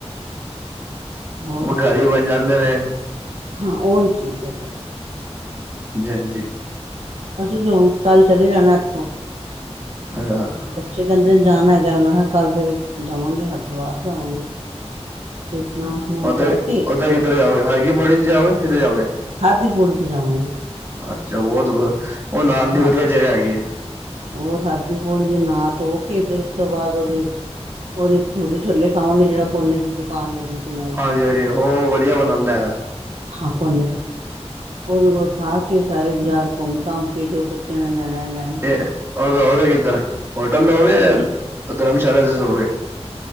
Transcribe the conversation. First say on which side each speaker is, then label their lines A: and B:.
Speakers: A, on the right (about 70°); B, on the right (about 20°).
A: ਹੋਰ
B: ਉਹ ਘਰ ਹੀ ਬਣ ਜਾਂਦੇ ਨੇ-
A: ਹਾਂ ਉਹੀ ਕੀਤਾ ਹੈ। ਗੈ-
B: ਜੇਂਜੀ <unintelligible>
A: ਅਸੀ ਹੁਣ ਕਲ ਚਲੇ ਜਾਣਾ ਇਥੋ।
B: ਅਛਾ-
A: ਬੱਚੇ ਕਹਿੰਦੇ ਜਾਣ ਹੈਗਾ ਮੈਂ ਕਿਹਾ ਕੱਲ ਫੇਰ ਜਾਵਾਂਗੇ ਹਰਿਦੁਵਾਰ ਜਾਵਾਂਗੇ। ਤੇ ਇਸ਼ਨਾਨ ਇਸ਼ਨੂਨ
B: ਓਦਾਂ
A: ਕਰਕੇ
B: ਓਦਾਂ ਕਿੱਧਰ ਜਾਓਗੇ ਹਰ ਕੀ ਪੋੜੀ ਚ ਜਾਓਗੇ ਕਿਧਰ ਜਾਓਗੇ।
A: ਹਰ ਦੀ ਪੌੜੀ ਚ ਜਾਵਾਂਗੇ।
B: ਅੱਛਾ ਬਹੁਤ ਉਹ ਨ
A: ਹਾਂ
B: ਦੀ ਵਧੀਆ ਜਗ੍ਹਾ ਹੈਗੀ ਹੈ।
A: ਹੋਰ ਹਰਦੀ ਪੌੜੀ ਦੇ ਨਾ ਧੋ ਕੇ ਫੇਰ ਉਸ ਤੋਂ ਬਾਅਦ ਉਹਦੇ ਉਹਦੇ ਭਠੂਰੇ ਛੋਲੇ ਖਾਵਗੇ ਜਿਹੜਾ ਪੋਨੇ ਦੀ ਦੁਕਾਨ ਹੈਗੀ। ਕਿ ਨਹੀਂ
B: ਹਾਂਜੀ-ਹਾਂਜੀ ਉਹ ਵਧੀਆ ਬਣਾਉਂਦਾ ਹੈਗਾ।
A: ਹਾਂ ਫੋਨ ਉਹਦੇ ਕੋਲ ਖਾ ਕੇ ਸਾਰੇ ਬਾਜ਼ਾਰ ਘੁੰਮ-ਘਾਮ ਕੇ ਜੋ ਬੱਚਿਆਂ ਨੇ ਲੈਣਾ- ਲੈਣਾ।
B: ਇਹ ਉਹ ਰਹੋਗੇ ਕਿੱਧਰ ਹੋਟਲ ਲੋਗੇ
A: ਹਾਂਜੀ
B: ਧਰਮਸ਼ਾਲਾ ਚ ਸੋਗੇ।